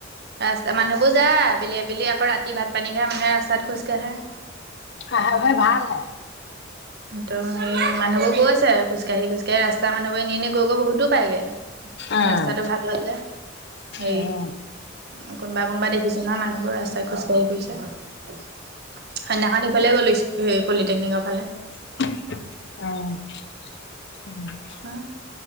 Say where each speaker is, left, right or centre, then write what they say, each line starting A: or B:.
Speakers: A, on the right; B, on the left.
A: ৰাস্তা মানুহবোৰ যায় আবেলি আবেলি আকৌ ৰাতি ভাত পানী খ মানুহে ৰাস্তাত খোজ কাঢ়ে।
B: হ তবাৰ ভাল হে।
A: ত সৰি মানুহবোৰ গৈছে আৰু খোজকাঢ়ি খোজকাঢ়ি ৰাস্তা মানুহবৰে নিনি গৈ গৈ বহুতো পায়গে।
B: উম
A: ৰাস্তাটো ভাল হল যে হেৰি
B: উম
A: কোনোবা কোনবা দেখিছো নহয় মানুহ বোৰ ৰাস্তাই খোজকাঢ়ি গৈছে। সেইদিনা খন ইফালে গ'লো হ পলিটেকনিকৰ ফালে
B: অ
A: হ